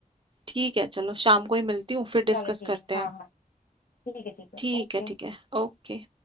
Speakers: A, on the right; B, on the left.
A: ठीक है चलो शाम को ही मिलती हूँ फिर डिस्कस
B: चलो ठीक
A: करते
B: है हाँ
A: हैं
B: हाँ ठीक है ठीक है
A: ठीक
B: ओके
A: है ठीक है ओके